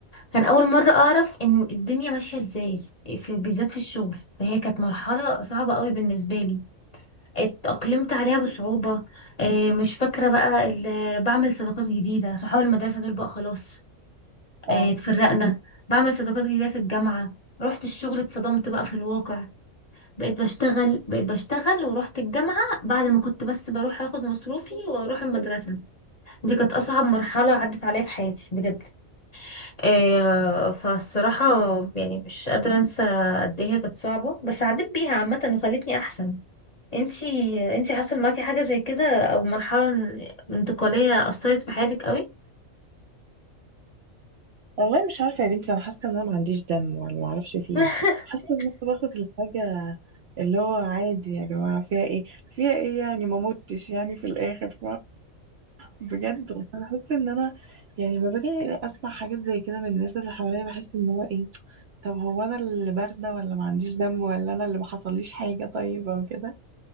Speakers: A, on the left; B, on the right.
A: كان اول مره اعرف ان الدنيا ماشيه ازاي في بالذات في الشغل فهي كانت مرحله صعبه قوي بالنسبه لي اتأقلمت عليها بصعوبة آه، مش فاكرة بقى ال- بعمل صداقات جديدة صحاب المدرسة دول بقى خلاص
B: اه
A: آه، اتفرقنا بعمل صداقات جديدة في الجامعة رحت الشغل اتصدمت بقى في الواقع بقيت بشتغل بقيت بشتغل ورحت الجامعة بعد ما كنت بس بروح اخد مصروفي واروح المدرسة دي كانت اصعب مرحلة عدت عليا في حياتي بجد آه، فالصراحة يعني مش قادرة انسى قد ايه هي كانت صعبة بس عديت بيها عامة وخلتني احسن انتي انتي حصل معاكي حاجة زي كده او مرحلة ان- انتقالية أثرت في حياتك قوي
B: والله مش عارفة يا بنتي انا حاسة ان انا ما عنديش دم ولا ما اعرفش في ايه
A: <laughs>
B: حاسة ان انا باخد الحاجة اللي هو عادي يا جماعة فيها ايه فيها ايه يعني ما متش يعني في الاخر بجد والله انا بحس ان انا يعني لما باجي اسمع حاجات زي كده من الناس اللي حواليا بحس ان هو ايه طب هو انا اللي بارده ولا ما عنديش دم ولا انا اللي ما حصليش حاجه طيب او كده